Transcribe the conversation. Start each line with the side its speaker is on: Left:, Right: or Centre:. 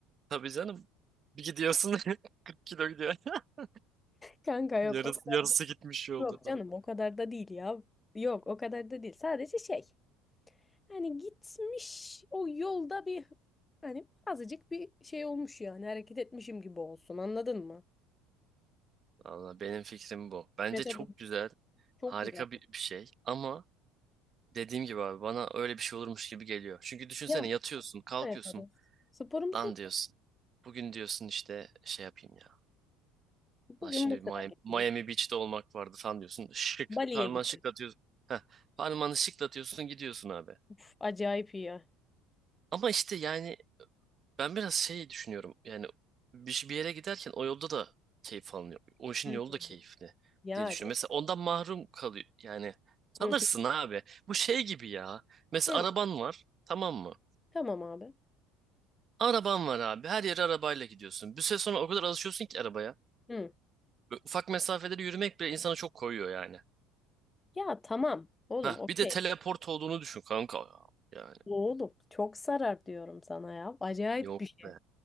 Right: Tabii canım. Bir gidiyorsun <laughs> 40 kilo gidiyor. <laughs>
Left: Kanka yok
Right: Yarısı,
Left: o kadar
Right: yarısı gitmiş yolda
Left: yok
Right: falan.
Left: canım o kadar da değil ya. Yok o kadar da değil. Sadece şey Hani gitmiş o yolda bir hani azıcık bir şey olmuş yani hareket etmişim gibi olsun anladın mı?
Right: Valla benim fikrim bu. Bence
Left: Metabolizm
Right: çok güzel.
Left: çok
Right: Harika
Left: güzel.
Right: bir, bir şey. Ama dediğim gibi abi bana öyle bir şey olurmuş gibi geliyor. Çünkü düşünsene
Left: Ya
Right: yatıyorsun,
Left: spor
Right: kalkıyorsun.
Left: yaparız. Sporumuzu
Right: Lan
Left: yap.
Right: diyorsun. Bugün diyorsun işte şey yapayım ya.
Left: Bugün
Right: Lan şimdi
Left: Mısır'a
Right: bir Miami,
Left: gideyim.
Right: Miami Beach'te olmak vardı falan diyorsun. Şık.
Left: Bali'ye
Right: Parmağını
Left: gidiyorum.
Right: şıklatıyorsun. Heh, parmağını şıklatıyorsun gidiyorsun abi.
Left: Uf, acayip iyi ya.
Right: Ama işte yani ben biraz şey düşünüyorum. Yani bir, bir yere giderken o yolda da keyif alınıyor. O işin
Left: Hı.
Right: yolu da keyifli
Left: Yani.
Right: diye düşünüyorum. Mesela ondan mahrum kalıyor. Yani kalırsın
Left: Hı.
Right: abi. Bu şey gibi ya. Mesela
Left: Hı.
Right: araban var. Tamam mı?
Left: Tamam abi.
Right: Araban var abi. Her yere arabayla gidiyorsun. Bir süre sonra o kadar alışıyorsun ki arabaya.
Left: Hı.
Right: Böyle ufak mesafeleri yürümek bile insana çok koyuyor yani.
Left: Ya tamam oğlum
Right: Ha
Left: okey.
Right: bir de teleport olduğunu düşün kanka. ya. Yani
Left: Oğlum çok sarar diyorum sana ya. Acayip
Right: yok
Left: bir şey.
Right: be.